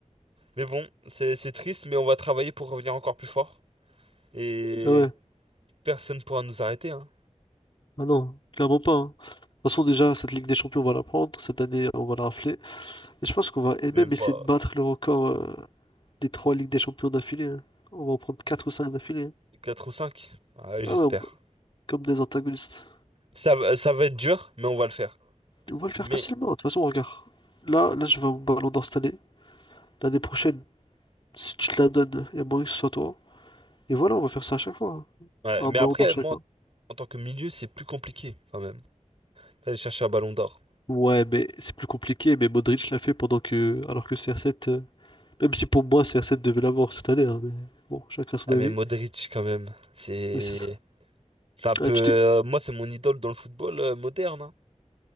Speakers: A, on the right; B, on the left.
A: Mais bon, c'est c'est triste, mais on va travailler pour revenir encore plus fort. Et
B: Ah ouais,
A: personne pourra nous arrêter, hein.
B: ah non, clairement pas. hein. De toute façon, déjà, cette Ligue des Champions, on va la prendre. Cette année, on va la rafler. Et je pense qu'on va et
A: Même
B: même essayer
A: pas...
B: de battre le record euh, des trois Ligues des Champions d'affilée. hein. On va en prendre quatre ou cinq d'affilée. hein.
A: 4 ou 5? j'espère.
B: Ah ouais, on- comme des antagonistes.
A: Ça, va- ça va être dur, mais on va le faire.
B: On va le faire
A: Mais,
B: facilement. De toute façon, regarde. Là, là, je vais au Ballon d'Or cette année. L'année prochaine, si tu te la donnes, il y a moyen que ce soit toi. Et voilà, on va faire ça à chaque fois. hein.
A: ouais.
B: Un
A: Mais
B: Ballon
A: après,
B: d'Or chacun.
A: moi, en tant que milieu, c'est plus compliqué quand même. Aller chercher un ballon d'or.
B: Ouais, mais c'est plus compliqué, mais Modric l'a fait pendant que... Alors que CR7... euh, Même si pour moi, CR7 devait l'avoir cette année, hein, mais bon, chacun son
A: Ah,
B: avis.
A: mais Modric, quand même. C'est.
B: Mais c'est ça.
A: C'est un peu.
B: Ah, tu
A: euh,
B: t'es-
A: moi, c'est mon idole dans le football euh, moderne. hein.